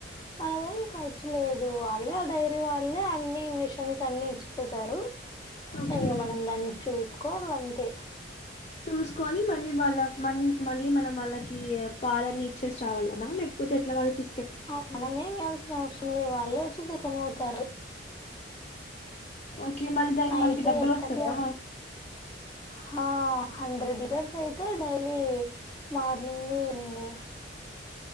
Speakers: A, on the left; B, on the left.
A: మనదేం ఖర్చు లేదు వాలే ఆ డైరీ వాలే అన్ని మిషన్స్ అన్ని ఇచ్చిపోతారు
B: ఓకే
A: ఇంకా మనం దాన్ని చూసి చుస్కోల్ అంతే
B: చూసుకొని మళ్ళీ వాళ్ళ మ మళ్ళీ మనం వాళ్ళకి పాలన్ని ఇచ్చేసి రావాలనా లేక పోతే ఎట్ల వాళకి
A: ఆ మనమేమి ఇయాల్సిన అవసరం లే వాల్లే వచ్చి తీస్కొనిపోతారు
B: ఓకే మళ్ళీ దానికి
A: నైటే
B: మనకి డబ్బులు
A: ఎయిట్
B: వస్తదా
A: తర్టీ అట్ల హా హండ్రెడ్ లీటర్స్ అయితే డైలీ మార్నింగు ఈవినింగ్